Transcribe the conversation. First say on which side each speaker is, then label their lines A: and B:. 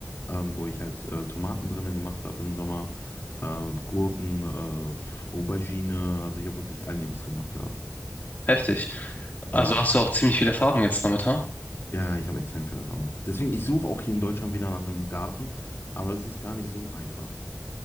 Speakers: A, on the left; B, on the left.
A: ähm, wo ich halt äh, Tomaten drinnen gemacht habe im Sommer, äh, Gurken, äh, Aubergine. Also ich habe wirklich einiges gemacht gehabt.
B: Heftig. Also
A: Ja,
B: hast du auch ziemlich viel Erfahrung jetzt damit, ha?
A: ja, ich habe extrem viel Erfahrung. Deswegen, ich suche auch hier in Deutschland wieder nach einem Garten, aber es ist gar nicht so einfach.